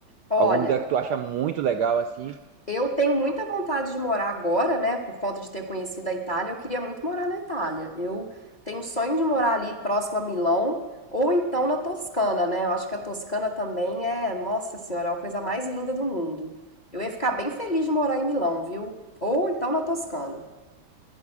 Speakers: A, on the left (about 25°); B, on the right (about 70°).
A: Olha,
B: Algum lugar que tu acha muito legal, assim?
A: Eu tenho muita vontade de morar agora, né, por conta de ter conhecido a Itália, eu queria muito morar na Itália. Eu tenho o sonho de morar ali próximo a Milão ou então na Toscana, né? Eu acho que a Toscana também é, nossa senhora, é uma coisa mais linda do mundo. Eu ia ficar bem feliz de morar em Milão, viu? Ou então na Toscana.